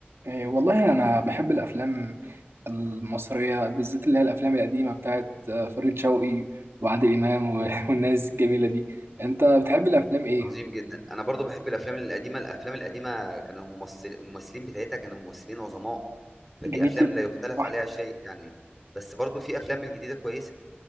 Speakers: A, on the right (about 85°); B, in the centre.
A: إيه والله أنا بحب الأفلام المصرية بالذات اللي هي الأفلام القديمة بتاعت آه، فريد شوقي وعادل إمام و- <laughs> والناس الجميلة دي أنت بتحب الأفلام إيه؟
B: عظيم جدا انا برضو بحب الافلام القديمه الافلام القديمه كانوا ممثل الممثلين بتاعتها كانوا ممثلين عظماء فدي
A: جميل
B: افلام
A: جدا
B: لا يختلف
A: صح
B: عليها شيء يعني بس برضو في افلام الجديده كويسه